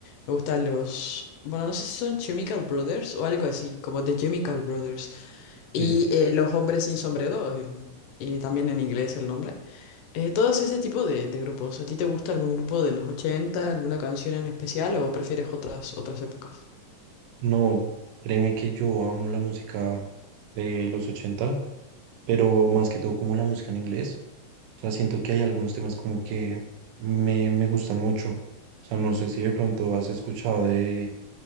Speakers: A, on the left (about 80°); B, on the right (about 80°).
A: me gustan los... Bueno, no sé si son Chemical Brothers o algo así, como The Chemical Brothers y
B: Sí,
A: eh, Los hombres sin sombrero, eh, y también en inglés el nombre. Eh, todos ese tipo de, de grupos. ¿A ti te gusta algún grupo de los 80 alguna canción en especial o prefieres otras, otras épocas?
B: No, créeme que yo amo la música de los ochenta. pero más que todo como la música en inglés. O sea, siento que hay algunos temas como que me, me gustan mucho. O sea, no sé si de pronto has escuchado de,